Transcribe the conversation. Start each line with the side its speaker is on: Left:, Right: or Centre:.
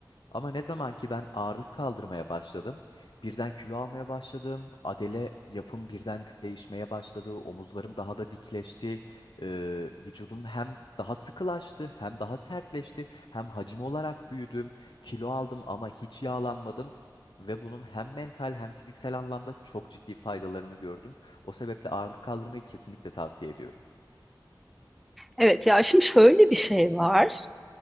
Left: Ama ne zaman ki ben ağırlık kaldırmaya başladım, birden kilo almaya başladım, adele yapım birden değişmeye başladı, omuzlarım daha da dikleşti, Ee, vücudum hem daha sıkılaştı, hem daha sertleşti, hem hacim olarak büyüdüm, kilo aldım ama hiç yağlanmadım ve bunun hem mental hem fiziksel anlamda çok ciddi faydalarını gördüm. O sebeple ağırlık kaldırmayı kesinlikle tavsiye ediyorum.
Centre: Evet ya şimdi şöyle bir şey var.